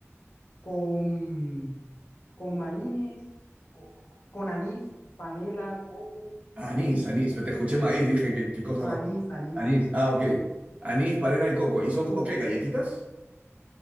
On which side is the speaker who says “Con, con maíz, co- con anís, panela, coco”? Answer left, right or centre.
Left